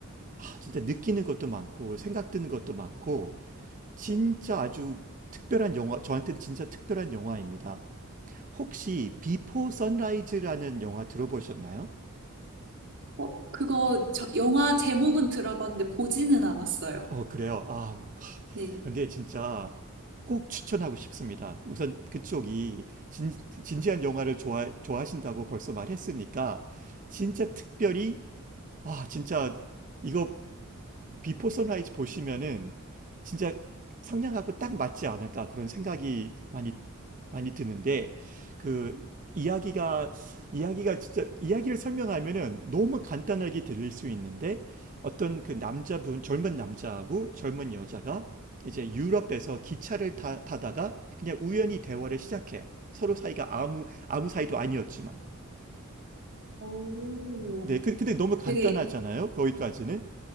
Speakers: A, on the right; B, on the right.
A: 아, 진짜 느끼는 것도 많고 생각 드는 것도 많고 진짜 아주 특별한 영화, 저한테는 진짜 특별한 영화입니다. 혹시 비포 선라이즈라는 영화 들어보셨나요?
B: 어, 그거, 저, 영화 제목은 들어봤는데 보지는 않았어요.
A: 어, 그래요. 아,
B: 네.
A: 근데 진짜 꼭 추천하고 싶습니다. 우선 그쪽이 진, 진지한 영화를 좋아, 좋아하신다고 벌써 말했으니까 진짜 특별히 아, 진짜 이거 비포 선라이즈 보시면은 진짜 성량하고 딱 맞지 않을까 그런 생각이 많이 많이 드는데 그 이야기가 이야기가 진짜 이야기를 설명하면은 너무 간단하게 들릴 수 있는데 어떤 그 남자분 젊은 남자하고 젊은 여자가 이제 유럽에서 기차를 타, 타다가 그냥 우연히 대화를 시작해요. 서로 사이가 아무 아무 사이도 아니었지만.
B: 오.
A: 네, 그, 근데 너무 간단하잖아요.
B: 되게,
A: 거기까지는.